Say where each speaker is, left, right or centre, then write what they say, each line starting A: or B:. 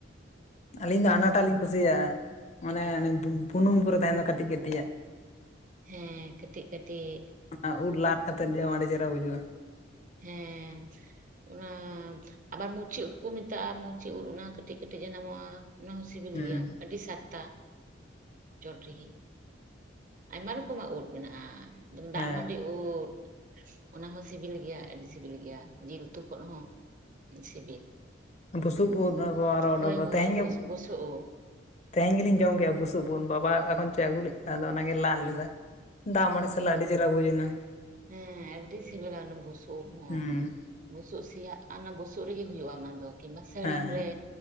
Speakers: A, on the left; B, on the right.
A: ᱟᱹᱞᱤᱧ ᱫᱚ ᱦᱟᱱᱟᱴᱟᱜ ᱞᱤᱧ ᱠᱩᱥᱤᱭᱟᱜᱼᱟ, ᱢᱟᱱᱮ
B: ᱠᱟᱴᱟ
A: ᱵᱩᱱᱩᱢ ᱠᱚᱨᱮ ᱛᱟᱦᱮᱱ ᱫᱚ ᱠᱟᱹᱴᱤᱡ ᱠᱟᱹᱴᱤᱡᱟᱜ ᱾
B: ᱦᱮᱸ ᱠᱟᱹᱴᱤᱡ ᱠᱟᱹᱴᱤᱡ,
A: ᱚᱱᱟ ᱩᱫ ᱞᱟᱫ ᱠᱟᱛᱮᱫ ᱡᱚᱢ ᱟᱹᱰᱤ ᱪᱮᱦᱨᱟ ᱵᱩᱡᱩᱜᱼᱟ ᱾
B: ᱦᱮᱸ ᱚᱱᱟ ᱟᱵᱟᱨ ᱢᱩᱪᱤ ᱩᱸᱫᱽ ᱠᱚ ᱢᱮᱛᱟᱜᱼᱟ, ᱢᱩᱪᱤ ᱩᱸᱫᱽ ᱚᱱᱟ ᱠᱟᱹᱴᱤᱡ ᱠᱟᱹᱴᱤᱡ ᱡᱟᱱᱟᱢᱚᱜ-ᱟ ᱚᱱᱟ ᱦᱚᱸ ᱥᱤᱵᱤᱞ
A: ᱦᱩᱸ
B: ᱜᱮᱭᱟ ᱟᱹᱰᱤ ᱥᱟᱛᱛᱟ᱾ ᱪᱚᱴ ᱨᱤᱜᱤ ᱟᱭᱢᱟ ᱨᱚᱠᱚᱢᱟᱜ ᱩᱫᱽ ᱢᱮᱱᱟᱜ-ᱟ,
A: ᱦᱮᱸ
B: ᱫᱟᱜ ᱢᱟᱹᱰᱤ ᱩᱫᱽ ᱚᱱᱟ ᱦᱚᱸ ᱥᱤᱵᱤᱞ ᱜᱮᱭᱟ ᱟᱹᱰᱤ ᱥᱤᱵᱤᱞ ᱜᱮᱭᱟ ᱡᱤᱞ ᱛᱩ ᱠᱷᱚᱱ ᱦᱚᱸ ᱥᱤᱵᱤᱞ,
A: ᱵᱩᱥᱩᱵ ᱩᱫ ᱟᱨᱚ ᱠᱚ ᱚᱰᱚᱠᱚᱜ-ᱟ
B: ᱦᱳᱭ ᱦᱳᱭ
A: ᱛᱮᱦᱮᱧ ᱜᱮ
B: ᱵᱚᱥ ᱵᱚᱥᱩᱵ ᱩᱫ
A: ᱛᱮᱦᱮᱧ ᱜᱮᱞᱤᱧ ᱡᱚᱢ ᱠᱮᱜ-ᱟ ᱵᱩᱥᱩᱵ ᱩᱫ ᱵᱟᱵᱟ ᱚᱠᱟ ᱠᱷᱚᱱ ᱪᱚᱭ ᱟᱹᱜᱩ ᱞᱮᱜ-ᱟ ᱟᱫᱚ ᱚᱱᱟᱜᱮ ᱞᱟᱫ ᱞᱮᱫᱟᱭ᱾ ᱫᱟᱜ
B: ᱚ
A: ᱢᱟᱹᱲᱤ ᱥᱟᱞᱟᱜ ᱟᱹᱰᱤ ᱪᱮᱦᱨᱟ ᱵᱩᱡᱽ ᱮᱱᱟ᱾
B: ᱦᱮᱸ ᱟᱹᱰᱰᱤ ᱥᱤᱵᱤᱞᱟ ᱚᱱᱟ ᱵᱩᱥᱩᱵ ᱩᱫ ᱦᱚᱸ,
A: ᱦᱩᱸ
B: ᱵᱩᱥᱩᱵ ᱥᱮᱭᱟᱜ ᱚᱱᱟ ᱵᱩᱥᱩᱵ ᱨᱮᱜᱮ ᱦᱩᱭᱩᱜ-ᱟ ᱚᱱᱟ ᱫᱚ ᱠᱤᱝᱵᱟ ᱥᱟᱹᱲᱤᱢ
A: ᱦᱮᱸ
B: ᱨᱮ,